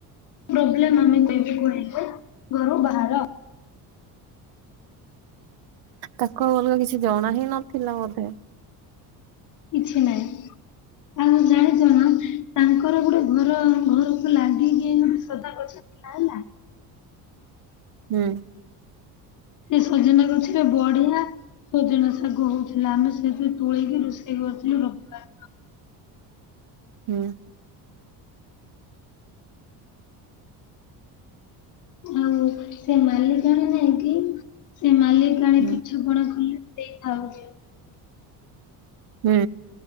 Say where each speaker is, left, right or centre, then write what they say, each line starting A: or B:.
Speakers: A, on the left (about 50°); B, on the right (about 65°).
A: ପ୍ରୋବେଲମ୍ ଆମେ ଯଦି କହିବୁ ଘରୁ ବାହାର।
B: ତାକୁ ଅଲଗା କିଛି ଜଣା ହିଁ ନଥିଲା ବୋଧେ।
A: କିଛି ନାହିଁ। ଆଉ ଜାଣିଛନା ତାଙ୍କର ଗୋଟେ ଘର ଘରକୁ ଲାଗିକି ସଦା ଗଛ ନାହି ନା
B: ହୁଁ।
A: ସେ ସଜନା ଗଛ ସେ ବଢିଆ ସଜନା ଶାଗ ହଉଥିଲା ଆମେ ସେଠୁ ତୋଳେଇକି ରୋଷେଇ କରୁଥିଲୁ ରବିବାର
B: ହୁଁ।
A: ଆଉ ସେ ମାଲିକର ନାଇଁ କି? ସେ ମାଲିକାଣି
B: ହୁଁ
A: କିଛି <unintelligible> ଦେଇଥାଉଚେ।
B: ହୁଁ